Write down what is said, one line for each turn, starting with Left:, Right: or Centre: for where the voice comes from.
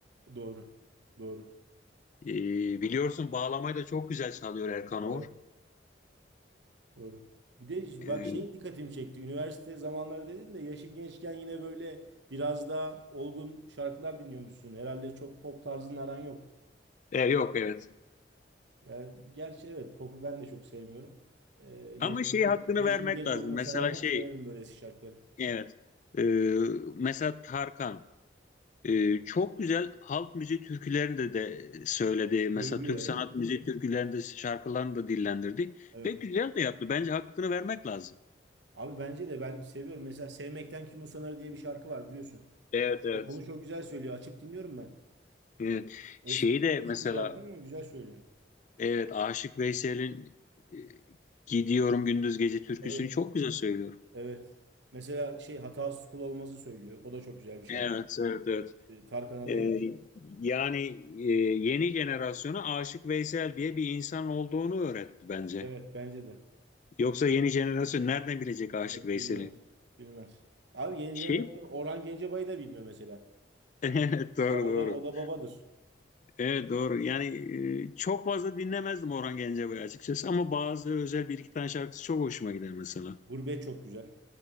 Right: Doğru, doğru.
Left: Ee, biliyorsun bağlamayı da çok güzel çalıyor Erkan
Right: Evet.
Left: Oğur.
Right: Doğru. Bir de
Left: Ee,
Right: bak şey dikkatimi çekti. Üniversite zamanları dedin de yaşın gençken yine böyle biraz daha olgun şarkılar dinliyormuşsun. Herhalde çok pop tarzının aran yok.
Left: e, yok evet.
Right: Yani gerçi evet popu ben de çok sevmiyorum. Ee, yaşım,
Left: Ama şey
Right: genç,
Left: hakkını
Right: yaşım
Left: vermek
Right: genç
Left: lazım.
Right: olmasına
Left: Mesela
Right: rağmen
Left: şey
Right: severim böyle eski şarkıları.
Left: evet. Ee, mesela Tarkan. Ee, çok güzel halk müziği türkülerinde de söyledi. Mesela
Right: Söylüyor
Left: Türk
Right: evet.
Left: sanat müziği türkülerinde şarkılarını da dillendirdi.
Right: Evet.
Left: Ve güzel de yaptı. Bence hakkını vermek lazım.
Right: Abi bence de ben seviyorum. Mesela Sevmekten Kim Usanır diye bir şarkı var biliyorsun.
Left: Evet evet.
Right: Onu çok güzel söylüyor. Açıp dinliyorum ben.
Left: Evet.
Right: Eski
Left: Şeyi de
Right: eski
Left: mesela
Right: bir şarkı ama güzel söylüyor.
Left: evet Aşık Veysel'in e, Gidiyorum Gündüz Gece türküsünü
Right: Evet.
Left: çok güzel söylüyor.
Right: Evet. Mesela şey hatasız kul olmazı söylüyor. O da çok güzel bir şarkı.
Left: Evet evet evet.
Right: E, Tarkan'a
Left: Ee,
Right: da yakışıyor.
Left: yani e, yeni jenerasyona Aşık Veysel diye bir insan olduğunu öğretti bence.
Right: Evet bence de.
Left: Yoksa yeni jenerasyon nereden bilecek Aşık
Right: Yok,
Left: Veysel'i?
Right: bilmez. Bilmez. Abi yeni
Left: Şey
Right: jenerasyon Orhan Gencebay'ı da bilmiyor mesela.
Left: <laughs> Evet doğru
Right: Ya o
Left: doğru.
Right: da o da babadır.
Left: Evet doğru. Yani e, çok fazla dinlemezdim Orhan Gencebay'ı açıkçası ama bazı özel bir iki tane şarkısı çok hoşuma gider mesela.
Right: Gurbet çok güzel.